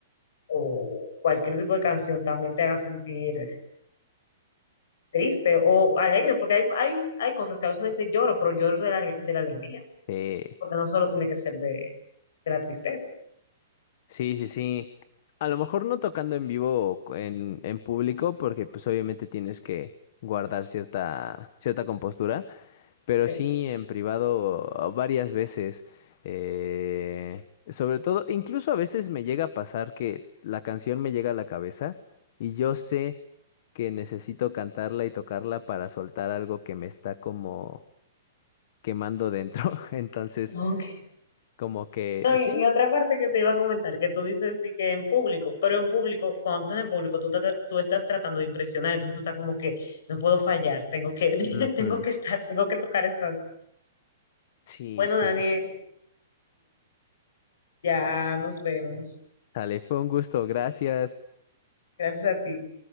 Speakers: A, on the left; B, on the left.
A: o cualquier tipo de canción también te haga sentir triste o alegre, porque hay, hay, hay cosas que a veces uno dice lloro, pero lloro de la, de la alegría,
B: Sí.
A: porque no solo tiene que ser de, de la tristeza.
B: Sí, sí, sí. A lo mejor no tocando en vivo o cu- en, en público, porque pues obviamente tienes que guardar cierta, cierta compostura, pero
A: Sí.
B: sí en privado uh, varias veces. eh, sobre todo, incluso a veces me llega a pasar que la canción me llega a la cabeza y yo sé que necesito cantarla y tocarla para soltar algo que me está como quemando dentro. <laughs> Entonces,
A: Ok.
B: como que
A: No, y,
B: sí.
A: y otra parte que te iba a comentar, que tú dices de que en público, pero en público, cuando estás en público, tú, trata- tú estás tratando de impresionar, entonces tú estás como que no puedo fallar, tengo que, <laughs>
B: ujú,
A: tengo que estar, tengo que tocar esto así.
B: Sí,
A: Bueno,
B: sí.
A: Daniel, ya nos vemos.
B: Dale, fue un gusto, gracias.
A: Gracias a ti.